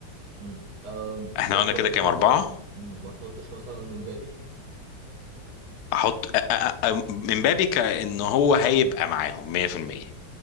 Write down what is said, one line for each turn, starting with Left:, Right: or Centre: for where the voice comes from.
Right: مم. أم،
Left: احنا
Right: ما تحطوش
Left: قلنا كده كام
Right: مثلا
Left: اربعه
Right: مم، ما تحطوش مثلا مبابي
Left: احط أ- أ- أ- من بابي كأن هو هيبقى معاهم 100%